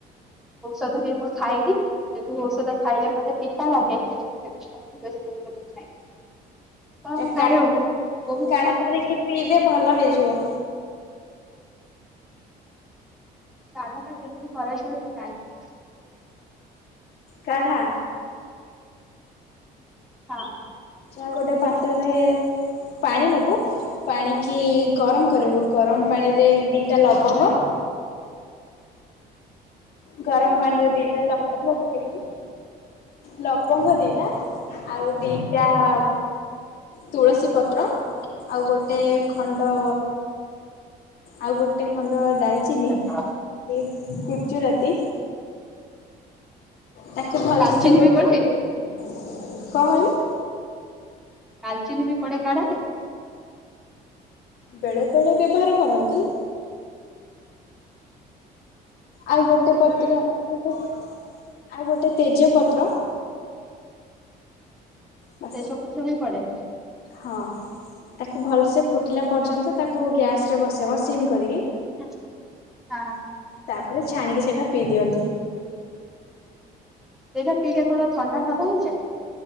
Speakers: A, in the centre; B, on the left.
A: ଔଷଧ ବି ମୁଁ ଖାଇନି ଯେତୁ ଔଷଧ ଖାଇଲେ ମତେ ପିତା ଲାଗେ ସେଥି <inaudible> କଣ
B: କାଢା
A: ଖାଏ ଆଉ? ବହୁ
B: କାଢା
A: <unintelligible>
B: କରିକି ପିଇଦେ ଭଲ ହେଇଯିବ।
A: କାଢ଼ାଟା କେମତି କରାଯାଏ, ତୁ ଜାଣିବୁ।
B: କାଢ଼ା।
A: ହଁ।
B: ଯାହା ଗୋଟେ ପାତ୍ରରେ ପାଣି ନେବୁ, ପାଣିକି ଗରମ କରିବୁ। ଗରମ ପାଣିରେ ଦିଇଟା ଲବଙ୍ଗ, ଗରମ ପାଣିରେ ଦିଇଟା ଲବଙ୍ଗ ପକେଇଦବୁ। ଲବଙ୍ଗ ଦିଟା, ଆଉ ଦିଟା-ଆ ତୁଳସୀ ପତ୍ର। ଆଉ ଗୋଟେ ଖଣ୍ଡ-ଅ ଆଉ, ଗୋଟେ ଖଣ୍ଡ ଡାଲ୍ ଚିନି,
A: ହଁ
B: ଏଇ ଗୁଜୁରାତି ତାକୁ ଭଲ
A: ଡାଲଚିନି
B: ସେ, ଗୋଟେଲେ,
A: ବି ପଡେ
B: କଣ କହିଲ?
A: ଡାଲଚିନ ବି ପଡେ, କାଢା ରେ!
B: ବେଳେ ବେଳେ ବ୍ୟବହାର କରନ୍ତି। ଆଉ ଗୋଟେ ପତ୍ର, <unintelligible> ଆଉ ଗୋଟେ ତେଜ ପତ୍ର ବାସ୍
A: ତେଜପତ୍ର ବି ପଡେ।
B: ହଁ। ତାକୁ ଭଲସେ ଫୁଟିଲା ପର୍ଯ୍ୟନ୍ତ, ତାକୁ ଗ୍ୟାସ୍ରେ ବସେଇବ ସିମ୍ କରିକି।
A: ହୁଁ, ହଁ।
B: ତା'ପରେ ଛାଣିକି ସେଟା ପିଇ ଦିଅନ୍ତି।
A: ସେଇଟା ପିଇଲେ କଣ ଥଣ୍ଡା ଭଲ ହେଇଯାଏ?